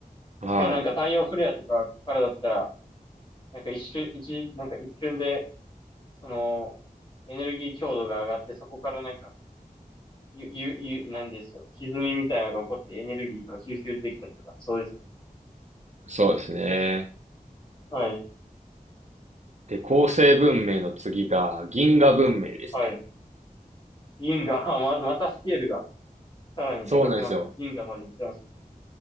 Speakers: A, on the left; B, on the right.
A: 確かになんか太陽フレアとかからだったら、
B: はい。
A: なんか一瞬、一、なんか一瞬で、その、エネルギー強度が上がって、そこからなんかゆ、ゆ、ゆ、なんですよ。歪みみたいなのが起こってエネルギーが吸収できたりとか、そうですね。
B: そうですね。
A: はい。
B: で、構成文明の次が銀河文明ですね。
A: はい。銀河、<laughs> あま、またスケールがさらにでかくなって銀河まで行っちゃうんですね。
B: そうなんですよ。